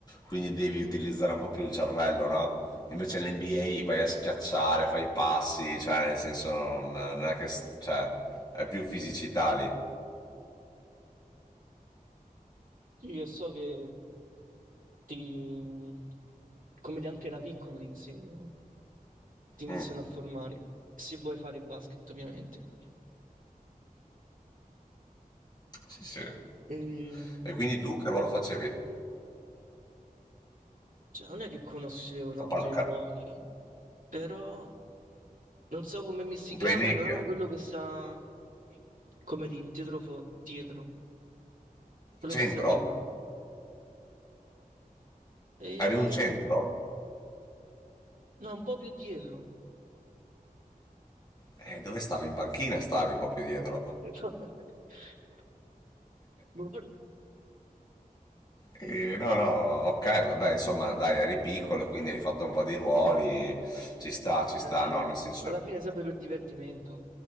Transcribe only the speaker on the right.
Sì, e so che ti, come di anche da piccolo ti insegnano, ti iniziano
a formare, se vuoi fare basket, ovviamente.
Ehm,
cioè, non è che conoscevo tanto
i ruoli, però non so come mi si
chiama,
però quello che sta come di dietro, fo- dietro, quello
che sta dietro. E
no, un po' più dietro.
<laughs> Boh, for-
Ah sì,
eh.
alla fine è sempre per divertimento,